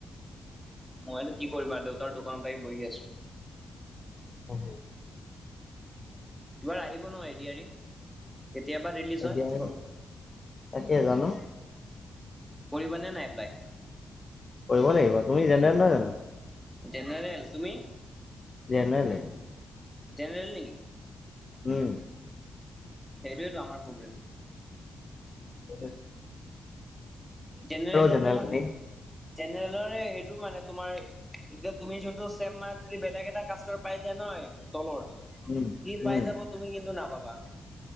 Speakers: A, in the centre; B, on the left.
A: মইতো কি কৰিম আৰু দেউতাৰ দোকানতে আহি বহি আছোঁ।
B: অ <unintelligible>
A: এইবাৰ আহিব ন এডিআৰি কেতিয়াবা ৰিলিজ
B: এতিয়া
A: হয়?
B: এই তাকে জানো?
A: কৰিবা নে নাই এপ্লাই?
B: কৰিব লাগিব তুমি জেনেৰেল নহয় জানো‌?
A: জেনেৰেল, তুমি‌‌?
B: জেনেৰেল এ
A: জেনেৰেল নেকি?
B: উম।
A: সেইটয়েতো আমাৰ প্ৰব্লেম।
B: অকে।
A: জেনেৰেলৰ
B: জেনেৰেল
A: তোমাৰ,
B: খিনি
A: জেনেৰেলৰে সেইটো মানে তোমাৰ এতিয়া তুমি যোনটো চেম মাৰ্ক্স যদি বেলেগ এটা কাষ্টৰ পাই যায় নহয় তলৰ সি
B: উম
A: পাই
B: উম
A: যাব তুমি কিন্তু নাপাবা।